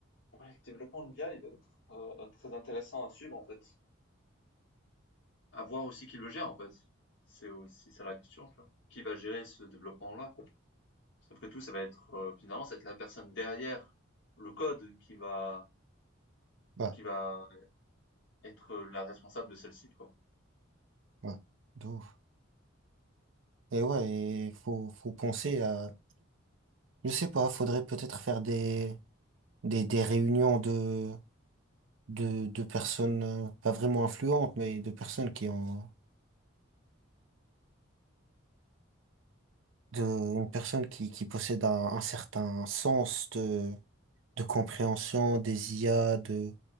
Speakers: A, on the left; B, on the right.
A: ouais, le développement de l'IA, il va être euh, très intéressant à suivre, en fait. À voir aussi qui le gère, en fait. C'est aussi ça la question, tu vois. Qui va gérer ce développement-là, quoi. Après tout, ça va être, euh, finalement, ça va être la personne derrière le code qui va,
B: Ouais,
A: qui va être la responsable de celle-ci, quoi.
B: ouais, de ouf. Et ouais, il faut, faut penser à, je sais pas, faudrait peut-être faire des, des, des réunions de, de, de personnes, euh, pas vraiment influentes, mais de personnes qui ont, de, une personne qui, qui possède un, un certain sens de compréhension des IA, de,